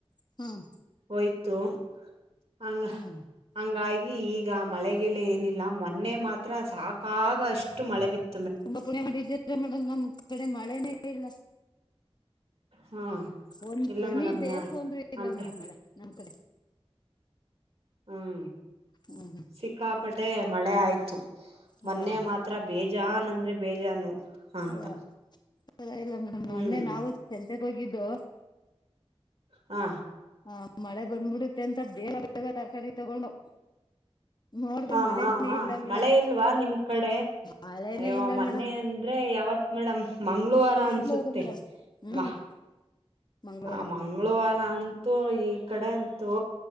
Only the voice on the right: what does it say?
ಓಯ್ ತು ಹಂಗ
ಹಂಗಾಯಿ ಈ ಈಗ ಮಳೆಗಿಳೆ ಏನಿಲ್ಲ ಮೊನ್ನೆ ಮಾತ್ರ ಸಾಕಾಗ ಅಷ್ಟು ಮಳೆ ಬಿತ್
ಹಾ
ಇಲ್ಲ
ಮೇಡಮ್
ಯಾ
ಅಂತ
ಹ್ಮ್
ಸಿಕ್ಕ ಪಟ್ಟೆ ಮಳೆ ಆಯ್ತು.
ಮೊನ್ನೆ ಮಾತ್ರ ಬೇ ಜಾನ್ ಅಂದ್ರೆ ಬೇಜಾನು ಅಂತ
ಹ್ಮ್
ಆ
ಹಾ
ಹಾ ಹಾ
ಮಳೆ ಇಲ್ವಾ ನಿಮ್ ಕಡೆ
ಅಯ್ಯೋ
ಮೊನ್ನೆ
ಅಂದ್ರೆ ಯಾವ ಮೇಡಮ್ ಮಂಗ್ಗಳವಾರ
ಅನ್ಸುತ್ತೆ
ಮಾ
ಹ ಮಂಗಳವಾರ ಅಂತೂ ಈ ಕಡೆ ಅಂತೂ